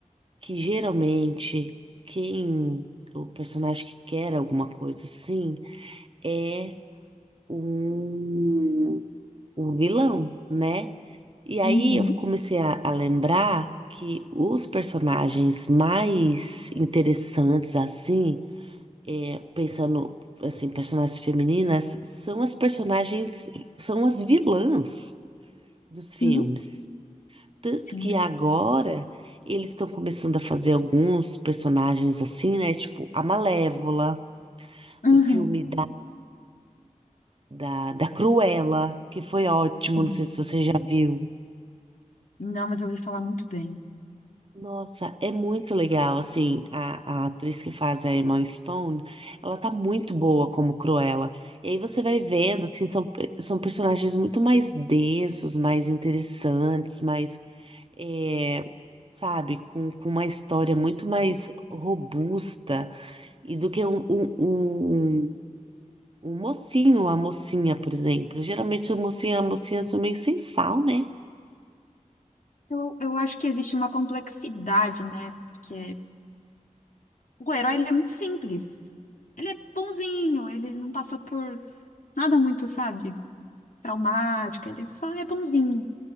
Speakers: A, on the right; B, on the left.
A: que geralmente quem o personagem que quer alguma coisa assim é um, um vilão, né? E aí
B: uhum,
A: eu comecei a, a lembrar que os personagens mais interessantes assim, é, pensando assim, personagens femininas, são as personagens, são as vilãs dos filmes.
B: Sim,
A: Tanto
B: sim.
A: que agora eles estão começando a fazer alguns personagens assim, né? Tipo a Malévola,
B: Uhum,
A: o filme da, da, da Cruella, que foi ótimo,
B: sim.
A: não sei se você já viu.
B: Não, mas eu ouvi falar muito bem.
A: Nossa, é muito legal, assim, a, a atriz que faz a Emma Stone, ela tá muito boa como Cruella. E aí você vai vendo, assim, são, pe- são personagens muito mais densos, mais interessantes, mais, é, sabe, com, com uma história muito mais robusta. e do que um, um, um, um mocinho ou a mocinha, por exemplo. Geralmente o mocinho e a mocinha são meio sem sal, né?
B: Eu, eu acho que existe uma complexidade, né? Porque o herói, ele é muito simples. Ele é bonzinho, ele não passou por nada muito, sabe, traumático, ele só é bonzinho.